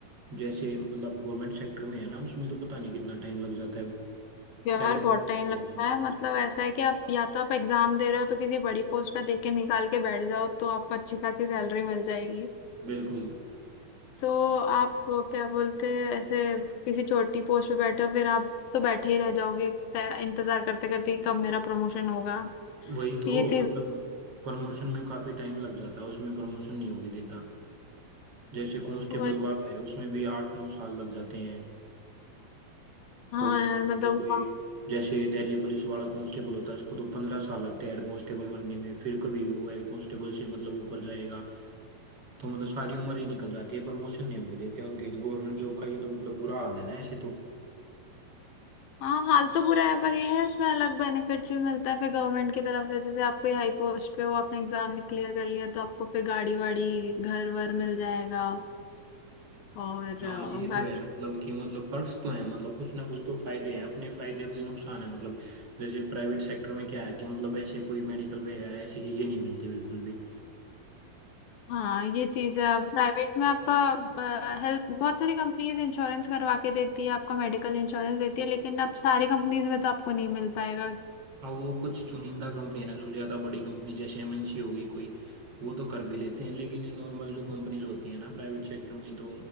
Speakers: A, on the right (about 40°); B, on the left (about 75°).
A: जैसे मतलब गवर्नमेंट सेक्टर में है ना उसमें तो पता नहीं कितना टाइम लग जाता है
B: यार
A: क्या कहते
B: बहुत
A: हैं
B: टाइम
A: उसके
B: लगता
A: लिए?
B: है मतलब ऐसा है कि आप या तो आप एग्जाम दे रहे हो तो किसी बड़ी पोस्ट का देख के निकाल के बैठ जाओ तो आपको अच्छी खासी सैलरी मिल जाएगी
A: बिल्कुल
B: तो आप क्या बोलते हैं ऐसे किसी छोटी पोस्ट पे बैठे हो फिर आप तो बैठे ही रह जाओगे तय- इंतजार करते करते कि कब मेरा प्रमोशन होगा
A: वही तो
B: ये चीज
A: मतलब प्रमोशन में काफी टाइम लग जाता है उसमें प्रमोशन नहीं होगी देता जैसे कांस्टेबल
B: वही
A: वाला है उसमें भी आठ नौ साल लग जाते हैं
B: हाँ
A: और से-
B: यार मतलब
A: मतलब ये
B: वो-
A: जैसे दिल्ली पुलिस वाला कांस्टेबल होता है उसको तो पंद्रह साल लगते हैं हेड कांस्टेबल बनने में फिर कभी वो हेड कांस्टेबल से मतलब ऊपर जाएगा तो मतलब सारी उम्र ही निकल जाती है प्रमोशन नहीं होगी देते उनके तो गवर्नमेंट जॉब का ये तो मतलब बुरा हाल है ना ऐसे तो
B: हाँ हाल तो बुरा है पर ये है इसमें अलग बेनिफिट भी मिलता है फिर गवर्नमेंट की तरफ से जैसे आप कोई हाई पोस्ट पे हो आपने एग्जाम क्लियर कर लिया तो आपको फिर गाड़ी वाड़ी घर वर मिल जाएगा और
A: हाँ
B: अ,
A: ये
B: बाकी
A: तो है मतलब कि मतलब पर्क्स तो हैं मतलब कुछ ना कुछ तो फायदे हैं अपने फायदे अपने नुकसान है मतलब जैसे प्राइवेट सेक्टर में क्या है कि मतलब ऐसे कोई मेडिकल वगैरह ऐसी चीजें नहीं मिलती बिल्कुल भी
B: हाँ ये चीज है प्राइवेट में आपका हेल्थ बहुत सारी कंपनीज इंश्योरेंस करवा के देती है आपका मेडिकल इंश्योरेंस देती है लेकिन आप सारी कंपनीज में तो आपको नहीं मिल पाएगा
A: और वो कुछ चुनिंदा कंपनी है ना जो ज्यादा बड़ी कंपनी जैसे एमएनसी होगी कोई वो तो कर भी लेते हैं लेकिन ये नॉर्मल जो कंपनीज होती है ना प्राइवेट सेक्टर में तो